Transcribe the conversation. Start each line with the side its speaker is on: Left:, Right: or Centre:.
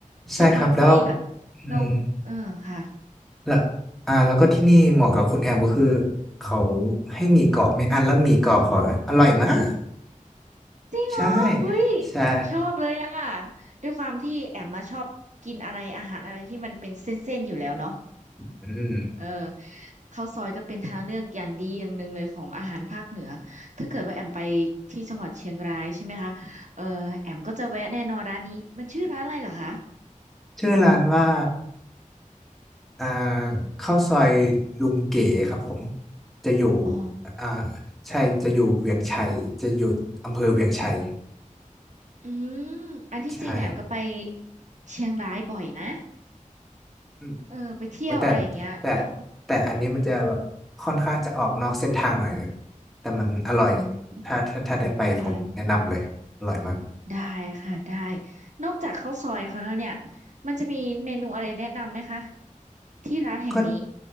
Centre: ใช่ครับแล้ว
Right: ด้วยความที่แบบเราเออค่ะ
Centre: อืม แล้วอ่าแล้วก็ที่นี่เหมาะกับคุณแอมก็คือเขาให้หมี่กรอบไม่อั้นแล้วหมี่กรอบเขาอร่อยมาก
Right: จริงเหรอเฮ้ย
Centre: ใช่ใช่
Right: ชอบเลยอ่ะด้วยความที่แอมมาชอบกินอะไรอาหารอะไรที่มันเป็นเส้นๆอยู่แล้วเนาะ
Centre: อืม
Right: เออข้าวซอยก็เป็นทางเลือกอย่างดีอย่างหนึ่งเลยของอาหารภาคเหนือถ้าเกิดว่าแอมไปที่จังหวัดเชียงรายใช่ไหมคะเออแอมก็จะแวะแน่นอนร้านนี้มันชื่อร้านอะไรเหรอคะ
Centre: ชื่อร้านว่าอ่าข้าวซอยลุงเก๋ครับผมจะอยู่
Right: อ๋อ
Centre: อ่าใช่จะอยู่เวียงชัยจะอยู่อำเภอเวียงชัย
Right: อืมอันที่จริงแอมก็ไป
Centre: ใช่
Right: เชียงรายบ่อยนะ
Centre: อืม
Right: เออไปเที่ยวอะไรอย่างเงี้ยยก
Centre: โอ้แต่แต่แต่อันนี้มันจะแบบค่อนข้างจะออกนอกเส้นทางหน่อยแต่มันอร่อย
Right: อืม
Centre: ถ้าถ้าถ้าได้ไปผมแนะนำเลยอร่อยมาก
Right: อืมได้ ได้ค่ะได้นอกจากข้าวซอยเขาแล้วเนี่ยมันจะมีเมนูอะไรแนะนำไหมคะที่ร้านแห่งนี้
Centre: ก็